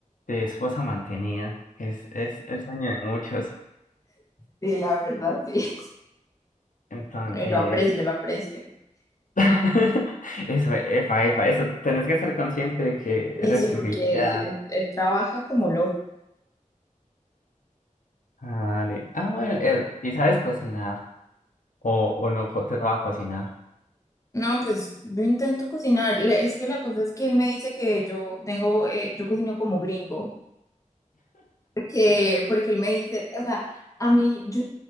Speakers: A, on the left; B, on the left.
A: de esposa mantenida. Es, es el sueño de muchos.
B: Sí, la verdad, sí.
A: Entonces,
B: <laughs> Y Lo aprecio, lo aprecio.
A: <laughs> eso, efa, efa, eso. Tenés que ser consciente de que
B: Y
A: eres
B: sí,
A: privilegiada.
B: porque él, él, él trabaja como loco.
A: Dale. Ah, bueno, eh, y sabes cocinar. O, o no co- te va a cocinar.
B: No, pues yo intento cocinar. Le- Es que la cosa es que él me dice que yo tengo, eh, yo cocino como gringo. Porque, porque él me dice, o sea, a mí, yo